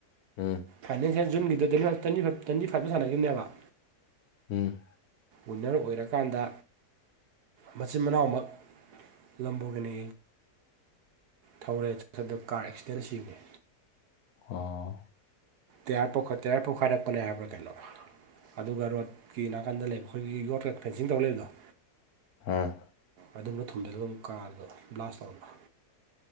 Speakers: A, on the left; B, on the right.
A: ꯎꯝ
B: ꯐꯥꯏꯅꯥꯟꯁꯤꯌꯦ ꯖꯨꯟꯒꯤꯗ꯭ꯤ ꯇ꯭ꯋꯦꯟꯤ ꯇ꯭ꯋꯦꯟꯤꯥꯏꯚꯇ ꯁꯥꯟꯅꯈꯤꯕꯅꯦꯕ
A: ꯎꯝ
B: ꯎꯟꯅꯔ ꯑꯣꯏꯔꯀꯥꯟꯗ ꯃꯆꯤꯟ ꯃꯅꯥꯎꯃꯛ ꯂꯝꯕꯣꯏꯒꯤꯅꯤ ꯊꯧꯔꯦꯗ ꯀꯥꯔ ꯑꯦꯛꯁꯤꯗꯦꯟ ꯁꯤꯕꯅꯤ
A: ꯑꯣ
B: ꯇꯦꯌꯥꯔ ꯇꯦꯌꯥꯔ ꯄꯣꯛꯈꯥꯏꯔꯛꯄꯅꯦ ꯍꯥꯏꯕ꯭ꯔꯥ ꯀꯩꯅꯣ ꯑꯗꯨꯒ ꯔꯣꯠꯀꯤ ꯅꯥꯀꯟꯗ ꯂꯩꯕ ꯑꯩꯈꯣꯏꯒꯤ ꯌꯣ ꯐꯦꯟꯁꯤꯡ ꯇꯧ ꯂꯩꯕꯗꯣ
A: ꯍꯥꯥ
B: ꯑꯗꯨꯝꯅ ꯊꯨꯝꯖꯤꯜꯂꯒ ꯑꯃꯨꯛ ꯀꯥꯔꯗꯣ ꯕ꯭ꯂꯥꯁ ꯇꯧꯅꯕ